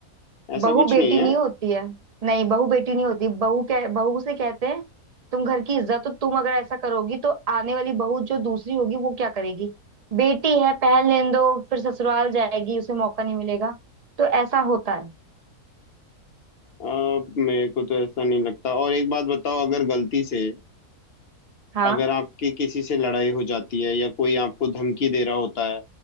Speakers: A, on the left (about 55°); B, on the right (about 50°).
A: ऐसा
B: बहू
A: कुछ
B: बेटी
A: नहीं है
B: नहीं होती है नहीं बहू बेटी नहीं होती बहू क्या बहू से कहते हैं तुम घर की इज्जत तो तुम अगर ऐसा करोगी तो आने वाली बहू जो दूसरी होगी वो क्या करेगी बेटी है पहल लेने दो फिर ससुराल जाएगी उसे मौका नहीं मिलेगा तो ऐसा होता है
A: अ, मेरे को तो ऐसा नहीं लगता और एक बात बताओ अगर गलती से
B: हाँ
A: अगर आपकी किसी से लड़ाई हो जाती है या कोई आपको धमकी दे रहा होता है